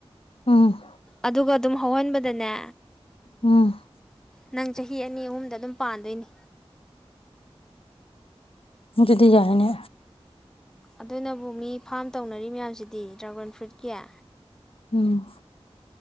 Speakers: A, on the left; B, in the centre.
A: ꯎꯝ
B: ꯑꯗꯨꯒ ꯑꯗꯨꯝ ꯍꯧꯍꯟꯕꯗꯅꯦ
A: ꯎꯝ
B: ꯅꯪ ꯆꯍꯤ ꯑꯅꯤ ꯑꯍꯨꯝꯗ ꯑꯗꯨꯝ ꯄꯥꯟꯗꯣꯏꯅꯤ
A: ꯑꯗꯨꯗꯤ ꯌꯥꯅꯦ
B: ꯑꯗꯨꯅꯕꯨ ꯃꯤ ꯐꯥꯝ ꯇꯧꯅꯔꯤ ꯃꯌꯥꯝꯁꯤꯗꯤ ꯗ꯭ꯔꯒꯟ ꯐ꯭ꯔꯨꯠ ꯀꯌꯥ
A: ꯎꯝ